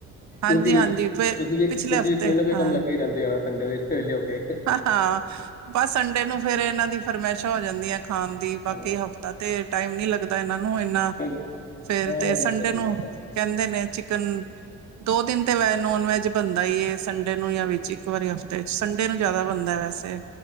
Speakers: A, on the right (about 65°); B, on the left (about 30°).
A: ਹਾਂਜੀ
B: ਤੁਸੀਂ-ਤੁਸੀਂ
A: ਹਾਂਜੀ ਪਿਛਲੇ
B: ਵੀ ਤੁਸੀਂ
A: ਹਫ਼ਤੇ
B: ਕੋਈ ਨਾ ਕੋਈ
A: ਹਾਂ
B: ਕੰਮ ਲੱਗੇ ਰਹਿੰਦੇ ਹਾ ਸੰਡੇ ਵਿੱਚ। ਫਿਰ ਲੈ ਆਟੇ।
A: ਹਾਂ ਬਸ ਸੰਡੇ ਨੂੰ ਫੇਿਰ ਇਹਨਾਂ ਦੀ ਫਰਮਾਇਸ਼ਾਂ ਹੋ ਜਾਂਦੀਆਂ ਖਾਣ ਦੀ ਬਾਕੀ
B: ਹਾਂ,
A: ਹਫ਼ਤਾ ਤੇ ਟਾਈਮ ਨੀ ਲਗਦਾ ਲਗਦਾ ਇਹਨਾਂ ਨੂੰ ਇੰਨਾ
B: ਨਹੀਂ,
A: ਫੇਰ
B: ਹਾਂਜੀ
A: ਤੇ ਸੰਡੇ
B: ਵਧੀਆ
A: ਨੂੰ
B: ਤਾਂ ਹੈ।
A: ਕਹਿੰਦੇ ਨੇ ਚਿਕਨ ਦੋ ਦਿਨ ਤੇ ਵੈ ਨੋਨ ਵੈਜ ਬਣਦਾ ਈ ਏ ਸੰਡੇ ਨੂੰ ਜਾਂ ਵਿੱਚ ਇੱਕ ਵਾਰੀ ਤੇ ਸੰਡੇ ਨੂੰ ਜ਼ਿਆਦਾ ਬਣਦਾ ਵੈਸੇ